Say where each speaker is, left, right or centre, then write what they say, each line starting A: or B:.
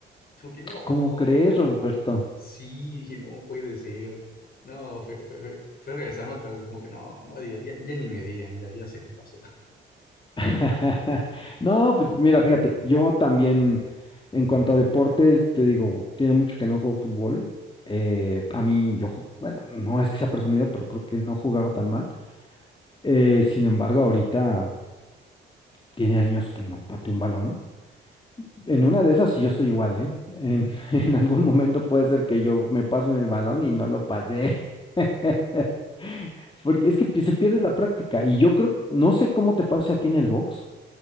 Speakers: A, on the left; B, on the left.
A: Es como que no,
B: ¿Cómo crees, Roberto?
A: sí, dije, no puede ser. No, fue, fue, fue, fue regresarme otra vez, como que no, no diga- ya, ya ni me digan, ya, ya sé qué pasó. <laughs>
B: <laughs> No, pues mira, fíjate, yo también en cuanto a deportes, te digo, tiene mucho que no juego fútbol. Eh, a mí, yo, ju- bueno, no es que sea presumido, pero creo que no jugaba tan mal. Eh, sin embargo, ahorita tiene años que no pateo un balón. En una de esas sí yo estoy igual, ¿eh? En, <laughs> en algún momento puede ser que yo me pasen el balón y no lo pasé. <laughs> Porque es que pi- se pierde la práctica. Y yo creo, no sé cómo te pase a ti en el box,